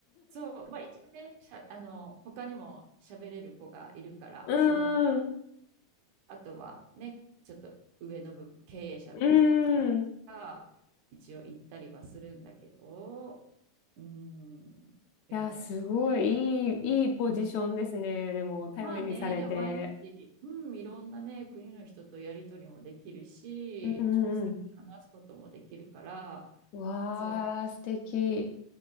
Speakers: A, on the right (about 80°); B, on the left (about 75°).
A: そう、まあ一応ね、しゃ、あの、他にも喋れる子がいるから、
B: <laughs> う
A: その子と、
B: ん。
A: あとはね、ちょっと上の部、経営者の人とかが一応行ったりはするんだけど、
B: うん。い
A: うん、でも、
B: や、すごいいい、いいポジションですね。でも、頼りにされて。
A: まあね、でも毎日、うん、いろんなね、国の人とやり取りもできるし、
B: うんうん
A: 直接話すこともできるから、
B: うん。わー、
A: そう、
B: 素敵。